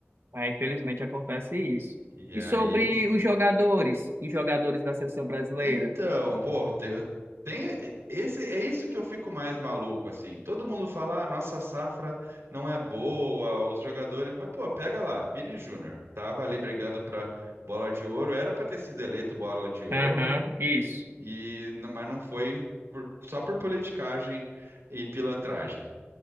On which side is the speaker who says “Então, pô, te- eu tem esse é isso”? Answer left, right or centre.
Right